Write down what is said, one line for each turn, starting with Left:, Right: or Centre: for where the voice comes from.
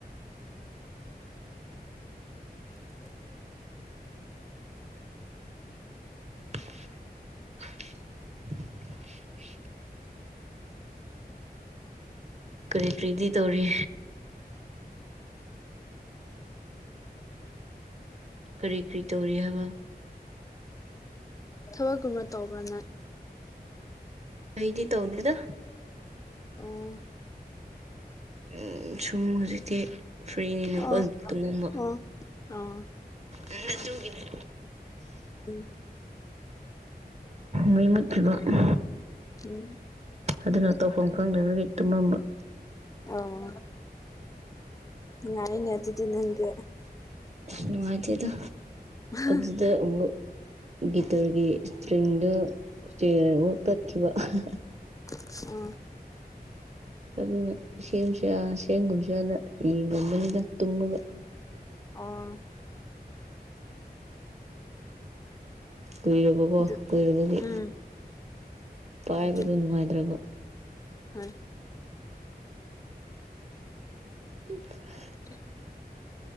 Left: <unintelligible>
Right: <unintelligible> ꯀꯔꯤ ꯀꯔꯤꯗꯤ ꯇꯧꯔꯤ ꯀꯔꯤ ꯀꯔꯤ ꯇꯧꯔꯤ ꯍꯥꯏꯕ
Left: ꯊꯕꯛ ꯒꯨꯝꯅꯥ ꯇꯧꯕ꯭ꯔꯥ ꯅꯪ
Right: ꯑꯩꯩꯗꯤ ꯇꯧꯗꯦ ꯗꯥ ꯫
Left: ꯑꯣ
Right: ꯎꯝ ꯁꯨꯝ ꯍꯧꯖꯤꯛꯇꯤ ꯐ꯭ꯔꯤꯅꯤ ꯅꯥꯀꯣ
Left: ꯑꯣ
Right: ꯇꯨꯝꯃꯝꯕ
Left: ꯑꯣ ꯑꯣ
Right: ꯎꯟ ꯑꯗꯨꯒꯤ ꯅꯦ꯫
Left: ꯎꯝ
Right: ꯃꯩ ꯃꯨꯠꯀ꯭ꯔꯤꯕ꯭ꯔꯣ ꯎꯝ
Left: ꯎꯝ
Right: ꯑꯗꯨꯅꯥ ꯇꯧꯐꯝ ꯈꯪꯗꯕꯒꯤ ꯇꯨꯝꯃꯝꯕ ꯫
Left: ꯑꯣ ꯅꯨꯡꯉꯥꯏꯅꯦ ꯑꯗꯨꯗꯤ ꯅꯪꯗꯤ
Right: ꯅꯨꯡꯉꯥꯏꯇꯦ ꯗꯥ꯫
Left: ꯍꯥ
Right: ꯑꯗꯨꯗ ꯑꯃꯨꯛ ꯒꯤꯇꯔꯒꯤ ꯁꯇ꯭ꯔꯤꯡ ꯗꯣ ꯁꯇ꯭ꯔꯤꯡ ꯑꯃꯨꯛ ꯊꯈꯤꯕ ꯑꯍꯥ ꯍꯥ
Left: ꯎꯝ
Right: ꯑꯗꯨꯒꯥ ꯁꯦꯝꯁꯤꯔꯥ ꯁꯦꯝꯒꯨꯝ ꯁꯤꯔꯥꯅꯥ ꯌꯦꯡ ꯉꯕꯅꯤꯗꯥ ꯇꯨꯝꯃꯥꯒꯥ꯫
Left: ꯑꯣ
Right: ꯀꯨꯏꯔꯕꯀꯣ
Left: ꯑꯗꯨ
Right: ꯀꯨꯏꯔꯕꯒꯤ
Left: ꯎꯝ
Right: ꯄꯥꯏꯕꯗꯨ
Left: ꯎꯝ
Right: ꯅꯨꯡꯉꯥꯏꯗ꯭ꯔꯕ ꯫
Left: ꯍꯣꯏ
Right: <unintelligible>
Left: <unintelligible>